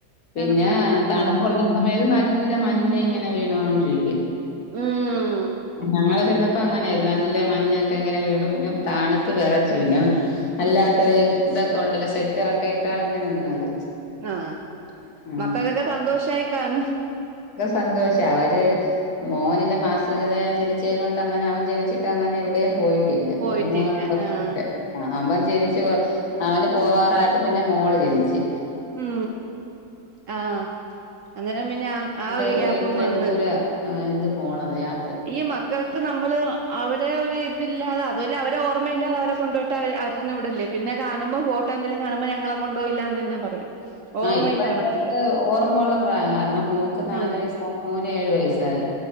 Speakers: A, on the left; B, on the right.
A: പിന്നെ
B: തണുപ്പ് തന്നെ
A: തണുപ്പുള്ള
B: ആഹ്
A: സമയത്ത് ന നല്ല മഞ്ഞിങ്ങനെ വീണ് കൊണ്ടിരിക്കും
B: ഉം
A: ഞങ്ങള് ചെന്ന പ്പൊ അങ്ങനെയായിരുന്നു നല്ല മഞ്ഞൊക്കെ ഇങ്ങനെ വീണു പിന്നെ തണുത്ത് വിറച്ചു പിന്നെ അല്ലാത്ത ഇതൊക്കെ ഉണ്ടല്ലോ സെറ്ററൊക്കെ ഇട്ടാണ് പിന്നെ നിന്നത്
B: ആ
A: ഉം
B: മക്കൾക്കൊക്കെ സന്തോഷം ആയി കാണും
A: സന്തോഷം അവര് മോനില്ല മാസം തികയാതെ ജനിച്ച കൊണ്ട് അങ്ങനെ അവൻ ജനിച്ചിട്ട് അങ്ങനെ എവിടെയും പോയിട്ടില്ല
B: പോയിട്ടില്ല
A: ഒരു മൂന്നാല് വർഷം
B: ആഹ്
A: വരെ ആ അവൻ ജനിച്ചു അവന് പോവാറായപ്പോ പിന്നെ മോള് ജനിച്ച്
B: ഉ ആ അന്നേരം പിന്ന ആ
A: ണ്ട്
B: ഒരു ഗ്യാപ്പും
A: ഇത്രയും
B: വന്ന്
A: ദൂരെ ആ ഇത് പോണത് യാ
B: ഈ മക്കൾ ക്ക് നമ്മള് അവരെ ഒരു ഇതില്ലാതെ അതും അല്ല അവരെ ഓർമ്മയില്ലാതെ അവരെ കൊണ്ടോയിട്ട് <unintelligible> പിന്നെ കാണുമ്പോ ഫോട്ടോ എന്തങ്കലും കാണുമ്പോ ഞങ്ങളെ കൊണ്ട് പോയില്ല എന്ന് തന്നെ പറയും ഓർമ്മയും
A: ആഹ് ഇപ്പോഴർക്ക്
B: കാണത്തില്ല
A: ഓർമ്മള്ള പ്രായം കാരണം മോക്ക് നാല്
B: ആഹ്
A: വയസ് മോന് ഏഴ് വയസായി.